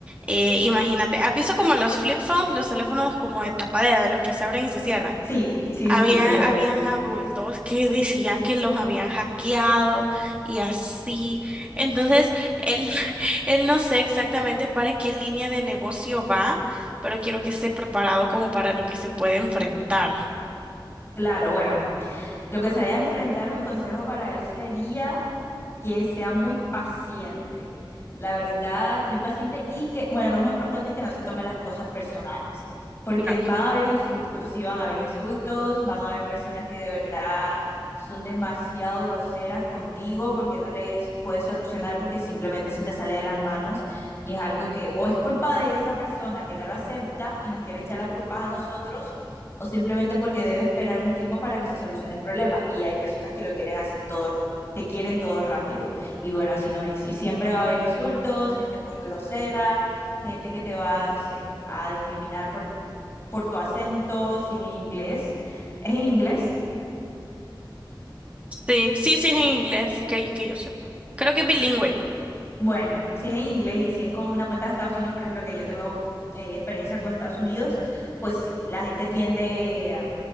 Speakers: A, on the right; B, on the left.
A: Eh, imagínate, ¿has visto como los flip phones, los teléfonos como de tapadera, de los que se abren y se cierran?
B: Sí, sí,
A: Habían,
B: sí, sí, sí, los he
A: habían
B: visto.
A: adultos que decían que los habían hackeado y así. Entonces, él, <laughs> él no sé exactamente para qué línea de negocio va, pero quiero que esté preparado como para lo que se puede enfrentar.
B: Claro, bueno, lo que se vaya a enfrentar mi consejo para él sería que sea muy paciente, la verdad, muy paciente y que, bueno, lo más importante es que no se tomen las cosas personales, porque
A: Claro.
B: van a haber insultos, sí van a haber insultos, van a haber personas que de verdad son demasiado groseras contigo porque no les puedes solucionar porque simplemente se te sale de las manos y es algo que o es culpa de esa persona que no lo acepta y nos quiere echar las culpas a nosotros o simplemente porque debe esperar un tiempo para que se solucione el problema y hay personas que lo quieren hacer todo que quieren todo rápido. Y bueno, así no es. Y siempre va a haber insultos, gente muy grosera, gente que te va, no sé, a discriminar por, por tu acento, si es en inglés. ¿Es en inglés?
A: Sí, sí, sí es en inglés, que, que yo sepa. Creo que es bilingüe.
B: Bueno, si es en inglés y si es con una cuenta de Estados Unidos, por ejemplo, que yo tengo eh, experiencia con Estados Unidos, pues sí, la gente tiende